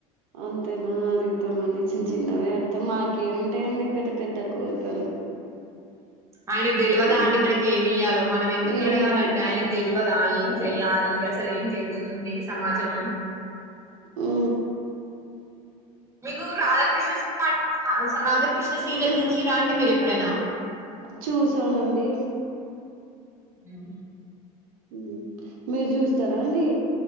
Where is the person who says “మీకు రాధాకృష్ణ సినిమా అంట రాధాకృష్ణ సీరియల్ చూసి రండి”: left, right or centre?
Right